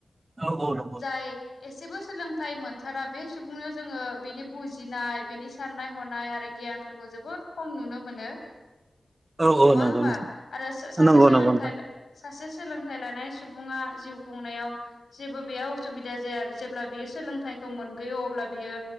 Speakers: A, on the right; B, on the left.
A: औ-औ नं
B: जाय एसेबो सोलोंथाइ मोनथारा बे सुबुंनियाव जोङो बेनि बुजिनाय बिनि साननाय हनाय आरो गियानफोरखौ जोबोद खम नुनो मोनो
A: औ
B: नङा
A: नंगौ
B: होमबा आरो सासे
A: नंगौ
B: सोलोंथाइ
A: नंगौ नोंथां
B: सासे सोलोंथाइ लानाय सुबुङा जिउ खुंनायाव जेबो बेयाव सुबिदा जाया जेब्ला बियो सोलोंथाइखौ मोनगयो अब्ला बियो